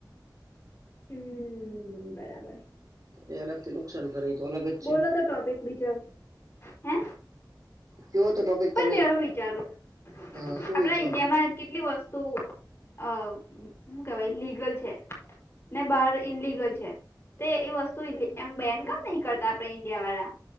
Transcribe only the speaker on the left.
હમ બરાબર.
બોલો તો ટોપિક બીજો હે
પણ
મેં એવું વિચારું આપડા
ઈન્ડિયામાં કેટલી વસ્તુ અ શું કેવાય લીગલ છે ને બહાર ઇનલિગલ છે. તે એ વસ્તુ એમ બેન કેમ નહી કરતા આપણે ઈન્ડિયા વાળા.